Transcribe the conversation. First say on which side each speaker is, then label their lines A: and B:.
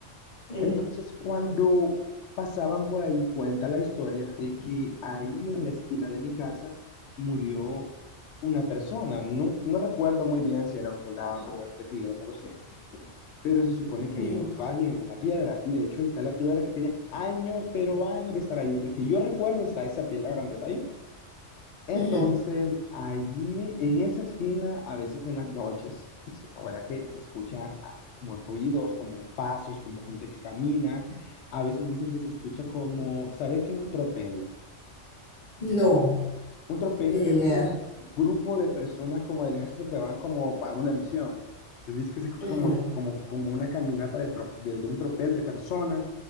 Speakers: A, on the left; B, on the left.
A: ujú,
B: Entonces, cuando pasaban por ahí, cuenta la historia de que ahí en la esquina de mi casa murió una persona. No, no recuerdo muy bien si era un soldado o un guerrillero, no lo sé. Pero se supone que
A: ujú,
B: ahí murió alguien en una piedra. Y de hecho, ahí está la piedra que tiene años, pero años de estar ahí. Desde que yo recuerdo, está esa piedra grandota ahí. Entonces,
A: ujú.
B: allí, en esa esquina, a veces en las noches, dice mi abuela que se escucha ah, como ruidos, como pasos, como gente que camina. A veces dicen que se escucha como, ¿sabes qué es un tropel?
A: No,
B: Un tropel
A: ni
B: es
A: idea.
B: un grupo de personas como del ejército que van como para una misión. Entonces dice que se escucha
A: Ujú.
B: como, como, como una caminata de, tro- de, de un tropel de personas.